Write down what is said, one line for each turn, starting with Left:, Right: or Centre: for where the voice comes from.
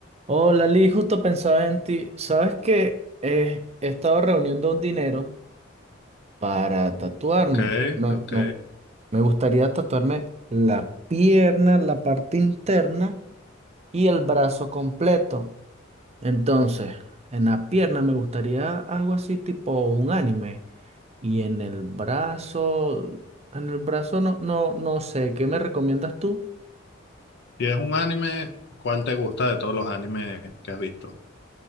Right: Hola, Lee, justo pensaba en ti. Sabes que eh, he estado reuniendo un dinero para tatuarme.
Left: Ok,
Right: Me,
Left: ok.
Right: me- me gustaría tatuarme la pierna, la parte interna y el brazo completo. Entonces, en la pierna me gustaría algo así tipo un anime. Y en el brazo, en el brazo no, no, no sé. ¿Qué me recomiendas tú?
Left: Si es un anime, ¿cuál te gusta de todos los animes que has visto?